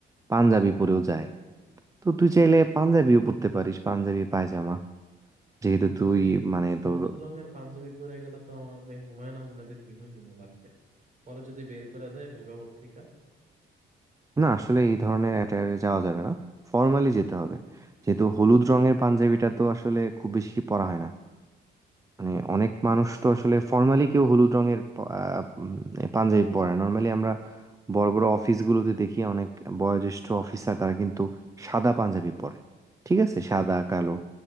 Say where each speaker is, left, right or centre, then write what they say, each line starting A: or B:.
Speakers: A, on the right; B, on the right.
A: পাঞ্জাবি পরেও যায় তো তুই চাইলে পাঞ্জাবিও পরতে পারিস পাঞ্জাবি পায়জামা যেহেতু
B: পাঞ্জাবি
A: তুই মানে
B: হলুদ
A: তোর
B: রঙের পাঞ্জাবি পরে গেলে তো আমার রে হুমায়ুন আহমেদের হিমো হিমো লাগবে পরে যদি বের করে দেয় ভাইবা বোর্ড থেকে
A: না আসলে এই ধরনের অ্যাটায়ারে যাওয়া যাবে না ফর্মালি যেতে হবে যেহেতু হলুদ রঙের পাঞ্জাবিটা তো আসলে খুব বেশি পরা হয় না মানে অনেক মানুষ তো আসলে ফর্মালি কেউ হলুদ রঙের প- আহ, উম, পাঞ্জাবি পরে নর্মালি আমরা বড় বড় অফিসগুলোতে দেখি অনেক বয়োজ্যেষ্ঠ অফিসার তারা কিন্তু সাদা পাঞ্জাবি পরে ঠিক আছে সাদা কালো